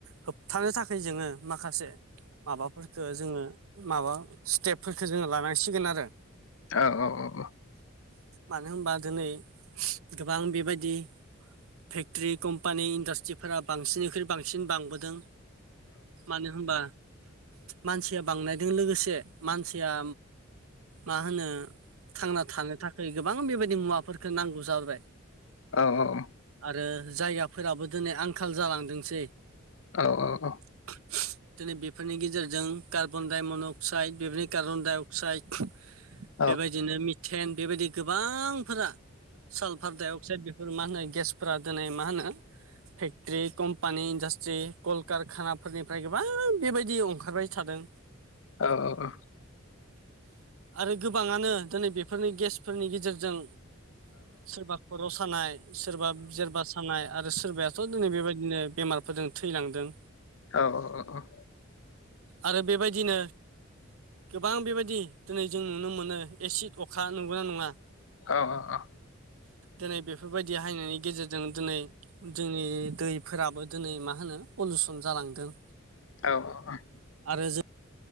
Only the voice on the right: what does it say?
होब थानो थाखाय जोङो माखासे माबाफोरफोरखो जोङो माबा स्टेपफोरखो जोङो लानांसिगोन आरो
मानो होनबा दिनै गोबां बेबायदि फेक्ट्रि कम्पानि इन्डास्ट्रिफोरा बांसिननिख्रुइ बांसिन बांबोदों मानो होनबा मानसिया बांनायजों लोगोसे मानसिया मा होनो थांना थानो थाखाय गोबां बेबायदि मुवाफोरफोरखौ नांगौ जाबोबाय
आरो जायगाफोराबो दिनै आंखाल जालांदोंसै
<unintelligible> दिनै बेफोरनि गेजेरजों कार्बन डाइमन' अक्साइड बेफोरनि कार्बन डाइ अक्साइड
बेबायदिनो मिथेन बेबायदि गोबांफोरा सालफार डाइ अक्साइद बेफोर मा होनो गेसफोरा दिनै मा होनो फेक्टर्रि कम्पानि इन्डास्ट्रि कलकारखानाफोरनिफ्राय गोबां बेबायदि ओंखारबाय थादों <inaudible>
आरो गोबाङानो दिनै बेफोरनि गेसफोरनि गेजेरजों सोरबा खर' सानाय सोरबा जोरबा सानाय आरो सोरबायाथ' दिनै बेबायदिनो बेमारफोरजों थैलांदों
आरो बेबायदिनो गोबां बेबायदि दिनै जों नुनो मोनो एसिड अखा नंगोना नङा
दिनै बेफोरबायदि हायनायनि गेजेरजों दिनै जोंनि दैफोराबो दिनै मा होनो पलिउसन जालांदों
आरो जों